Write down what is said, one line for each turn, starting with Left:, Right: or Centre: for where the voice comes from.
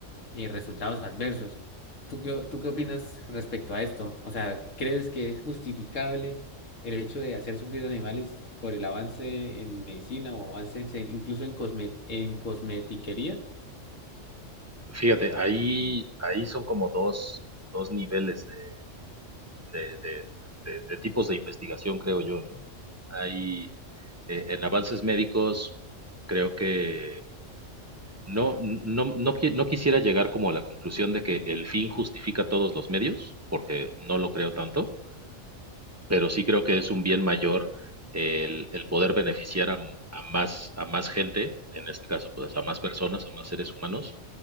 Left: y resultados adversos. ¿Tú qué, o- tú qué opinas respecto a esto? O sea, ¿crees que es justificable el hecho de hacer sufrir animales por el avance en medicina o avances en, incluso en, cosme- en cosmetiquería?
Right: Fíjate, ahí, ahí son como dos, dos niveles de, de- de- de- de tipos de investigación, creo yo, ¿no? Hay, eh, en avances médicos, creo que no, no, no, qui- no quisiera llegar como a la conclusión de que el fin justifica todos los medios, porque no lo creo tanto, pero sí creo que es un bien mayor el, el poder beneficiar a, a más, a más gente, en este caso, pues a más personas, a más seres humanos.